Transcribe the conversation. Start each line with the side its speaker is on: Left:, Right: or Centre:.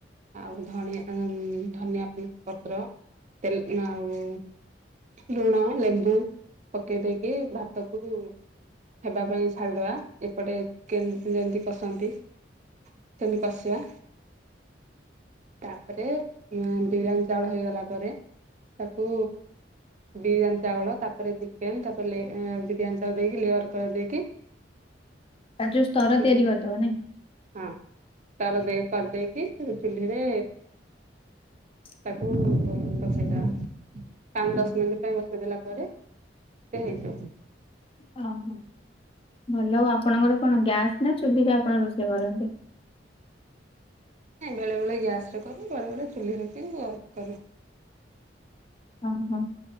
Right: ଆଉ ଧଣିଆ ଉଁ। ଧନିଆ ପୋଇ ପତ୍ର ତେଲ ଆଉ। ଲୁଣ ଲେମ୍ବୁ ପକେଇ ଦେଇକି ଭାତକୁ। ହେବା ପାଇଁ ଛାଡିଦବା ଏପଟେ ଚିକେନ ଯେମିତି କସନ୍ତି। ସେମିତି କଶିବା ତାପରେ। ଉଁ ବିରୀୟାନି ଚାଉଳ ହେଇଗଲା ପରେ ତାକୁ ବିରିୟାନି ଚାଉଳ ତାପରେ ଚିକେନ ତାପଲେ ଏ ବିରିୟାନି ଚାଉଳ ଦେଇକି ଲେୟାର କରିଦେଇକି
Left: ଁ ତାର ଯୋଉ ସ୍ତର
Right: ଚୁଲି
Left: ତିଆରି କରିଦବ ନାଇ।
Right: ହଁ ତାର କରିଦେଇକି ସେ ଯୋଉ ଚୁଲିରେ।
Left: <inaudible>
Right: ତାକୁ ବସେଇଦବା ପାଞ୍ଚ ଦଶ ମିନିଟ ପାଇଁ ବସେଇଦଲା ପରେ ହେଇଯିବ <unintelligible>
Left: ଅ ହଁ ଭଲ ହଉ ଆପଣଙ୍କର କଣ ଗ୍ୟାସ ନା ଚୁଲିରେ ଆପଣ ରୋଷେଇ କରନ୍ତି
Right: ନା ବେଳେ ବେଳେ ଗ୍ୟାସ ରେ କରୁ ବେଳେ ବେଳେ ଚୁଲିରେ କି କରେ
Left: ହଁ ହଁ